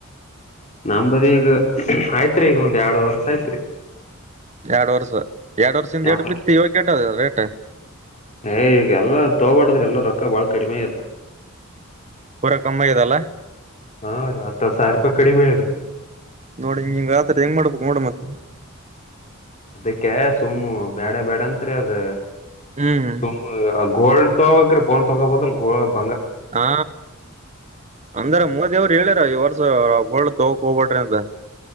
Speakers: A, on the left (about 35°); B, on the right (about 35°).
A: ನಂಬದ ಈಗ ಆಯ್ತ್ರಿ ಈಗ ಒಂದ್ ಎರಡು ವರ್ಷ ಆಯ್ತ್ರಿ.
B: ಯಾಡ ವರ್ಷ ಯಾಡ ವರ್ಷಇಂದ
A: ಎರಡು
B: ಎಟ ಬಿತ್ತಿ ಇವಾತ್ತ್ ಏಟ ಇದ ರೇಟ್
A: ಏ ಈಗಲ್ಲ ತಗೋಬಾಡದ್ರೇ ಎಲ್ಲ ರೊಕ್ಕ ಬಾಳ ಕಡಿಮೆ ಆಗೆತೆ.
B: ಪೂರಾ ಕಮ್ಮಿ ಆಗ್ಯದಲ್ಲ
A: ಹಾ ರ ಹತ್ತ ಹತ್ತ ಸಾವಿ ರೂಪಾಯಿ ಕಡಿಮೆ ಆಗೇತ್ರಿ
B: ನೋಡ ಹಿಂಗ ಹಿಂಗ ಆದ್ರ ಹೆಂಗ ಮಾಡ್ಬೇಕ ನೋಡ್ ಮತ್ತ.
A: ಅದಕ್ಕೆ ಸುಮ್ಮು ಬ್ಯಾಡ ಬ್ಯಾಡ ಅತ್ರೆ ಅದ
B: ಹ್ಮ್
A: ಸುಮ್ಮು ಗೋಲ್ಡ್ ನಾವು ಅಂತರು ಫೋನ್ ತಗೋಬಹುದಾ ಅಲ್ಲ ಗೊಬ್ಬ
B: ಹಾ ಅಂದ್ರ ಮೋದಿ ಅವರ ಹೇಳ್ಯಾರ್ ಈ ವರ್ಷ ಅದ ಗೋಲ್ಡ ತಗೋಕಹೋಗಬ್ಯಾಡ್ರ ಅದ